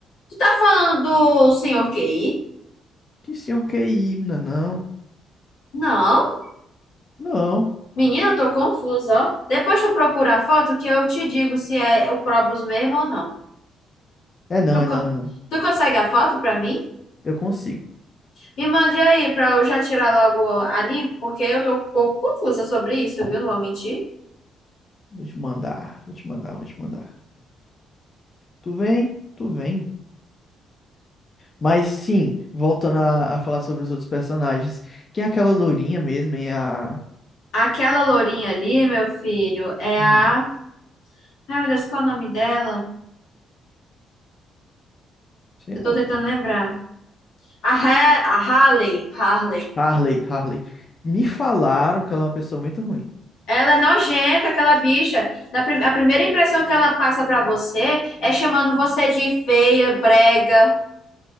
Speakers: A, on the left; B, on the left.
A: Tu tá falando do Senhor QI?
B: Que senhor que é himna, não.
A: Não.
B: Não.
A: Menina, eu tô confusa, ó. Depois tu procura a foto que eu te digo se é o Krobus mesmo ou não.
B: É não,
A: Tu,
B: é
A: co-
B: não, é não.
A: tu consegue a foto pra mim?
B: Eu consigo.
A: Me mande aí pra eu já tirar logo a limpo, porque eu tô um pouco confusa sobre isso, viu? Não vou mentir.
B: Vou te mandar, vou te mandar, vou te mandar. Tu vem? Tu vem? Mas sim, voltando a, a falar sobre os outros personagens. Quem é aquela loirinha mesmo, e a.
A: Aquela lourinha ali, meu filho, é
B: hum,
A: a... Ai, meu Deus, qual é o nome dela?
B: sei
A: Eu
B: não.
A: tô tentando lembrar. A, Ha- a Harley, Harley,
B: Harley, Harley. Me falaram que ela é uma pessoa muito ruim.
A: ela é nojenta, aquela bicha. Na prim- a primeira impressão que ela passa pra você é chamando você de feia, brega,